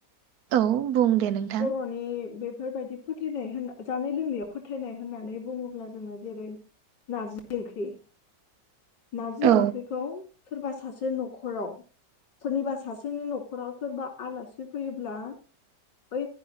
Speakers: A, on the right (about 65°); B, on the left (about 80°).
A: औ बुं दे नोंथां।
B: बर'नि बेफोरबायदि फोथानाय होनना जानाय लोंनायाव फोथायनाय होननानै बुङोब्ला जोङो जेरै नारजि ओंख्रि नारजि
A: औ
B: ओंख्रिखौ सोरबा सासे न'खराव सोरनिबा सासेनि न'खराव सोरबा आलासि फैयोब्ला बै